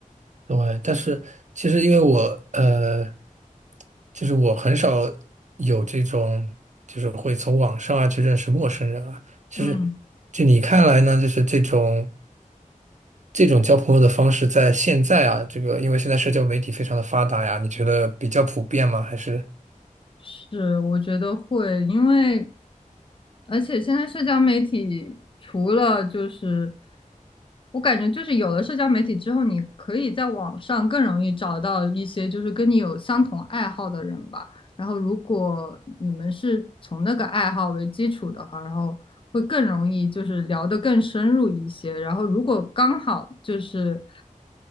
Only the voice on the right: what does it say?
对，但是其实因为我呃，就是我很少有这种，就是会从网上啊去认识陌生人啊，就是
就你看来呢，就是这种这种交朋友的方式，在现在啊，这个因为现在社交媒体非常的发达呀，你觉得比较普遍吗？还是